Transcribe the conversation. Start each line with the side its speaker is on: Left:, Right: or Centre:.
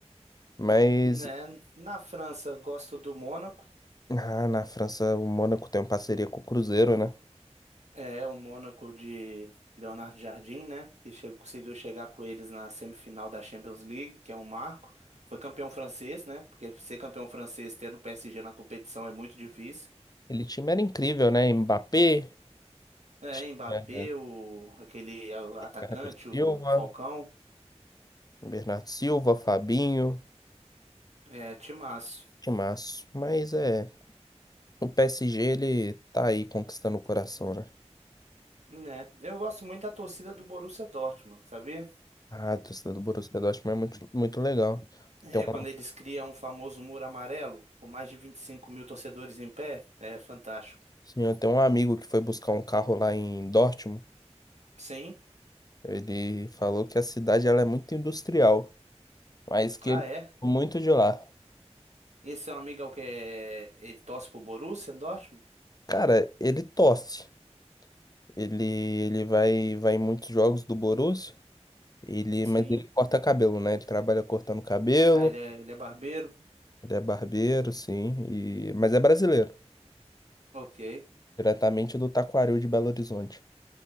Left: Mas
Right: né? Na França, eu gosto do Mônaco.
Left: ah, na França o Mônaco tem uma parceria com o Cruzeiro, né?
Right: É, o Mônaco de Leonardo Jardim, né? Que chegou, conseguiu chegar com eles na semifinal da Champions League, que é um marco. Foi campeão francês, né? Porque ser campeão francês tendo o PSG na competição é muito difícil.
Left: Aquele time era incrível, né? Mbappé,
Right: É,
Left: tinha
Right: Mbappé, o, aquele é, o atacante,
Left: Bernardo
Right: o
Left: Silva,
Right: Falcão,
Left: Bernardo Silva, Fabinho,
Right: é, timaço.
Left: que Mas é, o PSG ele tá aí conquistando o coração, né?
Right: Né? Eu gosto muito da torcida do Borussia Dortmund, sabia?
Left: Ah, torcida do Borussia Dortmund é muito, muito legal.
Right: É,
Left: Tem
Right: quando
Left: um,
Right: eles criam um famoso muro amarelo, com mais de 25 mil torcedores em pé, é fantástico.
Left: sim, eu tenho um amigo que foi buscar um carro lá em Dortmund.
Right: Sim.
Left: Ele falou que a cidade ela é muito industrial, mas que
Right: Ah,
Left: ele
Right: é.
Left: gosta muito de lá.
Right: Esse é um amigo é o que é... Ele torce pro Borussia Dortmund?
Left: Cara, ele torce. Ele, ele vai, vai em muitos jogos do Borussia. Ele,
Right: Sim.
Left: mas ele corta cabelo, né? Ele trabalha cortando cabelo.
Right: Ah, ele é, ele é barbeiro?
Left: Ele é barbeiro, sim. E, mas é brasileiro,
Right: Ok.
Left: diretamente do Taquaril de Belo Horizonte.